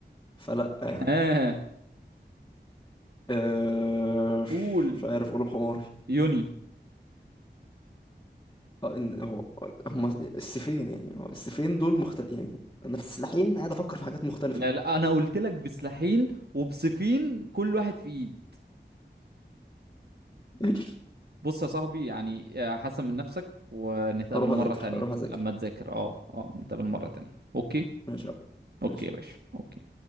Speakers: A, on the left; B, on the right.
A: فلا يعني
B: ها
A: أه
B: قول
A: مش عارف غلوب حماري
B: يوني
A: اه ان هو هما السيفين يعني هو السيفين دول مختلف يعني انا في السلاحين قاعد افكر في حاجات مختلفه
B: لا لا انا قلت لك بسلاحين وبسيفين كل واحد في ايد
A: <laughs> ماشي
B: بص يا صاحبي يعني آه، حسن من نفسك ونتقابل
A: هروح
B: مرة
A: اذاكر
B: تانية
A: هروح اذاكر
B: لما تذاكر اه اه نتقابل مرة تانية اوكي
A: ماشي يا عم.
B: اوكي
A: ماشي
B: يا باشا اوكي